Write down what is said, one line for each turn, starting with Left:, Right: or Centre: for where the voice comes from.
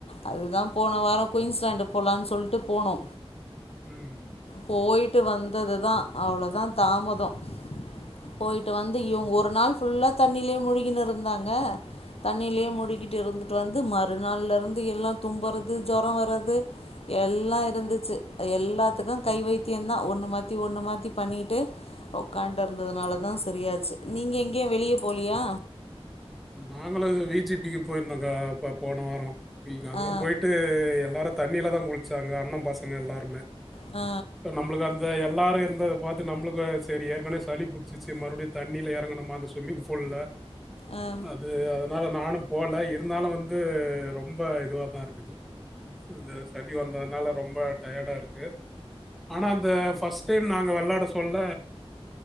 Left: அது தா போன வாரோ குயின்ஸ் லாண்ட போலான்னு சொல்ட்டு போனோ
Centre: ம்
Left: போய்ட்டு வந்தது தா அவ்ளோ தா தாமதோ போய்ட்டு வந்து இவுங்க ஒரு நாள் ஃபுல்லா தண்ணிலயே முழுகின்னு இருந்தாங்க தண்ணிலயே முழிக்கிட்டு
Centre: ஆமா.
Left: இருந்துட்டு வந்து மறுநாள்லருந்து எல்லா தும்புறது ஜொரோ வறது எல்லாருந்துச்சு எல்லாத்துக்கு கை வைத்தியோ தா ஒண்ணு மாத்தி ஒண்ணு மாத்தி த்தி பண்ணிட்டு உக்கான்தருந்ததுனால தா சரியாச்சு நீங்க எங்கேயு வெளிய போலயா
Centre: நாங்களு இது வி ஜிபிக்கு போயிருந்தோங்கா அப்ப போன வாரோ நீங்க அங்கலா
Left: ஆ
Centre: போயிட்டு எல்லாரு தண்ணில தா குளுச்சாங்க அண்ண பசங்க எல்லாருமே
Left: ஆ
Centre: நம்மளுக்கு அந்த எல்லாரு இருந்தது பாத்து நம்ளுக்கு செரி ஏற்கனே சளி புடிச்சுருச்சு மறுபடியு தண்ணில எறங்கணுமா அந்த ஸ்விம்மிங் பூல்ல
Left: ஆ
Centre: இது அதனால நானு போல இருந்தாலு வந்து ரொம்ப இதுவா தா இருக்குது இது சளி வந்ததுனால ரொம்ப டயர்டாருக்கு ஆனா அந்த ஃப்ர்ஸ்ட் டைம் நாங்க வெள்ளாட சொல்ல